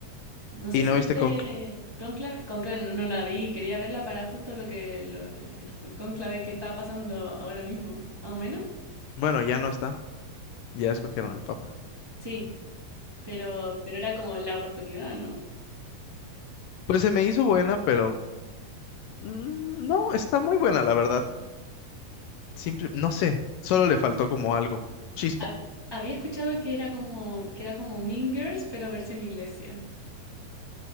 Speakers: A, on the right; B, on the left.
A: No sé
B: y
A: si
B: no viste
A: este
B: con...
A: Conclave, Conclave no, no la vi, quería verla para justo lo que lo- el conclave que estaba pasando ahora mismo, más o menos.
B: Bueno, ya no está. Ya escogieron al Papa.
A: Sí, pero pero era como la oportunidad, ¿no?
B: Pues se me hizo buena, pero... mm, No, está muy buena, la verdad. Simple, no sé, solo le faltó como algo. Chispa.
A: Hab-
B: <laughs>
A: Había escuchado que era como que era como Mean Girls, pero versión iglesia.